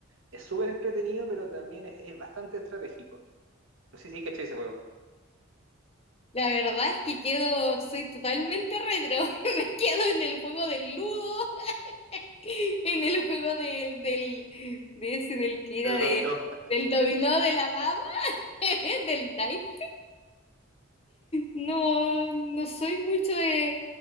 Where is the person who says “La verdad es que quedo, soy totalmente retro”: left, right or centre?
Left